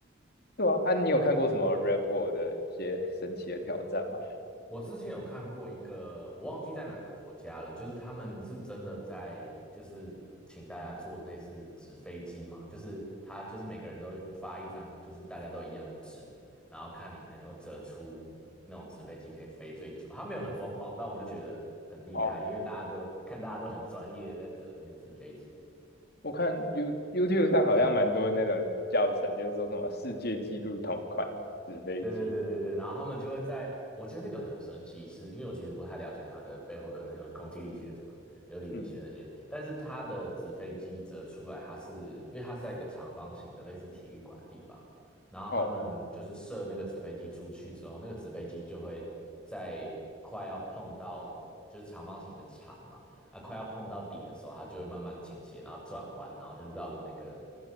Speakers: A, on the left; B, in the centre.
A: 对啊，啊，你有看过什么 Red Bull 的一些神奇的挑战吗？
B: 我之前有看过一个，我忘记在哪个国家了，就是他们是真的在，就是请大家做那似纸飞机嘛，就是他就是每个人都发一张，就是大家都一样的纸，然后看你能够折出那种纸飞机可以飞最久。他没有很疯狂，但我就觉得很厉害，
A: 哦，
B: 因为大家都看大家都很专业的在折那些纸飞机。
A: 我看 You YouTube 上好像蛮多那种教程，就是说什么世界纪录同款纸飞机。
B: 对对对对对，然后他们就会在，我觉得那个很神奇是，因为我其实不太了解它的背后的那种空气力学、什么流体力学那些，
A: 嗯，
B: 但是它的纸飞机折出来，它是因为它是在一个长方形的类似体育馆的地方，然后他们就是射那个纸飞机出去之后，
A: 哦，
B: 那个纸飞机就会在快要碰到就是长方形的场嘛，啊，快要碰到底的时候，它就会慢慢倾斜，然后转弯，然后就绕着那个